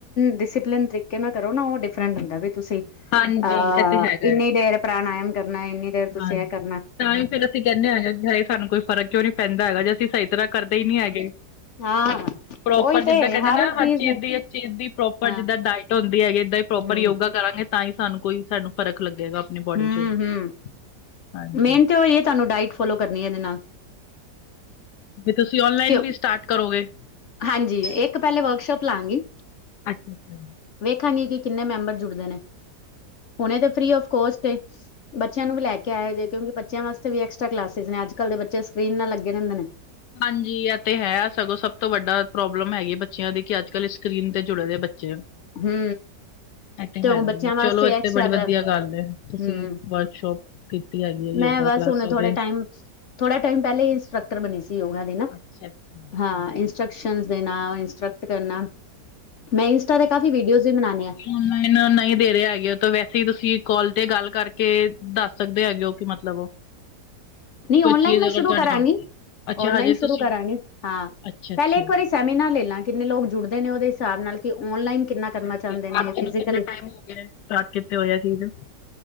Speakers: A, on the left (about 60°); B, on the left (about 75°).
A: ਡਿਸੀਪਲਿਨ ਤਰੀਕੇ ਨਾਲ ਕਰੋ ਨਾ, ਓ ਡਿਫਰੈਂਟ ਹੁੰਦੈ ਵੀ ਤੂਸੀ
B: ਹਾਂਜੀ
A: ਅ
B: ਇਹ ਤੇ ਹੈਗਾ
A: ਇੰਨੀ
B: ਹੈ
A: ਦੇਰ ਪ੍ਰਾਣਾਯਮ ਕਰਨੈ ਇੰਨੀ ਦੇਰ ਤੂਸੀ
B: ਹਾਂਜੀ
A: ਔ ਕਰਨੈ।
B: ਤਾਂ ਹੀ ਫੇਰ ਅਸੀ ਕੈਂਨੇ ਆਂ, ਹਾਏ ਸਾਨੂੰ ਕੋਈ ਫਰਕ ਕਿਉਂ ਨੀ ਪੈਂਦਾ ਹੈਗਾ ਜੇ ਅਸੀ ਸਈ ਤਰਾ ਕਰਦੇ ਈ ਨੀ ਹੈਗੇ।
A: ਹਾਂ
B: ਪ੍ਰੋਪਰ
A: ਉਹੀ ਤੇ
B: ਜਿੱਦਾਂ ਕੈਂਦੇ ਨਾ
A: ਇੱਕ
B: ਹਰ
A: ਚੀਜ਼
B: ਚੀਜ ਦੀ ਚੀਜ ਦੀ ਪ੍ਰੋਪਰ
A: ਹਾਂ
B: ਜਿੱਦਾਂ ਡਾਇਟ ਹੋਂਦੀ ਹੈਗੀ ਐ ਏਦਾਂ ਈ ਪ੍ਰੋਪਰ
A: ਹਮ
B: ਯੋਗਾ ਕਰਾਂਗੇ ਤਾਂ ਈ ਸਾਨੂੰ ਕੋਈ ਫ਼ਰਕ ਲੱਗੇਗਾ। ਅਪਨੀ
A: ਹਮ
B: ਬੋਡੀ ਚ।
A: ਹਮ
B: ਹਾਂਜੀ
A: ਮੇਨ ਤੇ ਓਈ ਏ ਤਾਨੂੰ ਡਾਇਟ ਫੋਲੋ ਕਰਨੀ ਐ ਐਦੇ ਨਾਲ।
B: ਵੀ ਤੂਸੀ ਔਨਲਾਈਨ
A: ਕਿਉਂ?
B: ਵੀ ਸਟਾਟ ਕਰੋਗੇ?
A: ਹਾਂਜੀ, ਇੱਕ ਪੈਲੇ ਵਰਕਸ਼ੋਪ ਲਾਂਗੀ।
B: ਅੱਛ ਛ, ਛ।
A: ਵੇਖਾਂਗੀ ਕਿ ਕਿੰਨੇ ਮੈਂਬਰ ਜੁੜਦੇ ਨੇ, ਹੁਣੇ ਤੇ ਫ੍ਰੀ ਔਫ਼ ਕੋਸਟ ਏ। ਬੱਚੇਆਂ ਨੂੰ ਵੀ ਲੈ ਕੇ ਆਏਆ ਜੇ ਕਿਉਂਕਿ ਬੱਚੇਆਂ ਵਾਸਤੇ ਵੀ ਐਕਸਟਰਾ ਕਲਾਸਿਸ ਨੇ ਅੱਜ-ਕੱਲ ਦੇ ਬੱਚੇ ਸਕ੍ਰੀਨ ਨਾਲ ਲੱਗੇ ਰੈਂਦੇ ਨੇ।
B: ਹਾਂਜੀ ਐ ਤੇ ਹੈ ਸਗੋਂ ਸਬ ਤੋਂ ਵੱਡਾ ਪ੍ਰੋਬਲਮ ਹੈਗੀ ਬੱਚੇਆਂ ਦੀ ਕਿ ਅੱਜ-ਕੱਲ ਸਕ੍ਰੀਨ ਤੇ ਜੁੜ ਰੇ ਬੱਚੇ।
A: ਹੂੰ।
B: ਐ ਤੇ ਹੈਗਾ
A: ਉਹ ਬੱਚਿਆਂ
B: ਜੇ,
A: ਵਾਸਤੇ
B: ਚਲੋ ਐ
A: ਐਕਸਟਰਾ
B: ਤੇ ਬੜੀ ਵਦੀਆ ਗਾੱਲ ਏ,
A: ਹੂੰ
B: ਤੂਸੀ ਵਰਕਸ਼ੋਪ ਕੀਤੀ ਹੈਗੀ ਏ ਯੋਗਾ
A: ਮੈਂ ਬਸ
B: ਕਲਾਸਾਂ
A: ਹੁਣ ਥੋੜੇ
B: ਦੇ।
A: ਟਾਈਮ ਥੋੜਾ ਟਾਈਮ ਪੈਲੇ ਈ ਇੰਸਟਰਕਟਰ ਬਨੀ ਸੀ ਯੋਗਾ ਦੀ ਦੀਨਾ,
B: ਅੱਛਾ ਅੱਛਾ ਹਾਂਜੀ
A: ਹਾਂ
B: ਹਾਂਜੀ,
A: ਇੰਸਟਰਕਸ਼ਨਸ ਦੇਨਾ, ਇੰਸਟਰਕਟ ਕਰਨਾ। ਮੈਂ ਇੰਸਟਾ ਤੇ ਕਾਫ਼ੀ ਵੀਡੀਓਜ਼ ਵੀ ਬਨਾਨੀ ਆਂ।
B: ਔਨਲਾਈਨ ਨਈ ਦੇ ਰੇ ਹੈਗੇ ਓ, ਤੇ ਵੈਸੇ ਈ ਤੂਸੀ ਕਾਲ ਤੇ ਗਾੱਲ ਕਾਰਕੇ ਦਾੱਸ ਸਕਦੇ ਹੈਗੇ ਓ ਕਿ ਮਤਲਬ
A: ਨੀ
B: ਕੋਈ
A: ਔਨਲਾਈਨ
B: ਚੀਜ਼
A: ਮੈਂ ਸ਼ੁਰੂ
B: ਅਗਰ ਤੁਹਾਡੇ
A: ਕਰਾਂਗੀ।
B: ਕੋਲ ਅੱਛਾ
A: ਓਨਲਾਈਨ
B: ਹਜੇ
A: ਸ਼ੁਰੂ
B: ਤੁਸੀਂ
A: ਕਰਾਂਗੇ, ਹਾਂ
B: ਅੱਛਾ ਅੱਛਾ
A: ਪੈਲੇ ਇੱਕ
B: ਜੀ
A: ਵਾਰੀ ਸੈਮੀਨਾਰ ਲੈਲਾਂ। ਕਿੰਨੇ ਲੋਗ ਜੁੜਦੇ ਨੇ ਓਦੇ ਹਿਸਾਬ ਨਾਲ ਕਿ ਔਨਲਾਈਨ ਕਿੰਨਾ
B: ਅੱਛਾ,
A: ਕਰਨਾ ਚਾਹੁੰਦੇ
B: ਤੇ
A: ਨੇ
B: ਆੱਜ ਤੇਨੂ
A: ਫਿਜ਼ਕਲੀ
B: ਕਿੰਨਾ ਟਾਈਮ ਹੋ ਗੇਐ, ਸਟਾਰਟ ਕਿੱਤੇ ਹੋਏ ਐ ਚੀਜ?